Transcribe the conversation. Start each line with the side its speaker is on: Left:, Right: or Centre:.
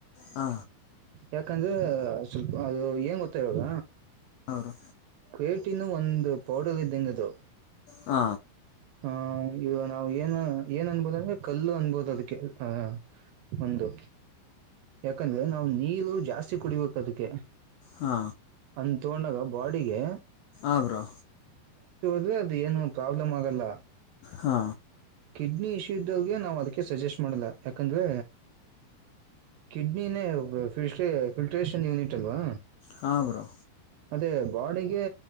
Left: ಹ
Right: ಯಾಕಂದ್ರೆ ಸ್ವಲ್ಪ ಅದು ಏನ್ ಗೊತ್ತಾ ಇವಾಗ
Left: ಹೌರು
Right: ಕ್ೇಟಿನ ಒಂದು ಪೌಡರ್ ಇದ್ದಂಗದು
Left: ಹ
Right: ಆ ಈಗ ನಾವು ಏನ್ ಏನ್ ಅನ್ಬೋದ ಅಂದ್ರೆ ಕಲ್ಲು ಅನ್ಬೋದು ಅದಕ್ಕೆ ಆಹ ಒಂದು ಯಾಕಂದ್ರೆ ನಾವು ನೀರು ಜಾಸ್ತಿ ಕುಡಿಬೇಕ ಅದಕ್ಕೆ
Left: ಹಾ
Right: ಅ ತೊಗೊಂಡಾಗ ಬಾಡಿಗೆ
Left: ಆಬ್ರೋ
Right: ್ರ ಅದು ಏನು ಪ್ರಾಬ್ಲಮ್ ಆಗಲ್ಲ
Left: ಹಾ
Right: ಕಿಡ್ನಿ ಇಶ್ಯೂ ಇದ್ದವಗೆ ನಾವು ಅದಕ್ಕೆ ಸಜೆಸ್ಟ್ ಮಾಡಲ್ಲ ಯಾಕಂದ್ರೆ ಕಿಡ್ನಿನೇ ಫಿಲ್ಟ ಫಿಲ್ಟ್ರೇಷನ್ ಯೂನಿಟ್ ಅಲ್ವಾ
Left: ಹಾ ಬ್ರೋ
Right: ಅದೇ ಬಾಡಿಗೆ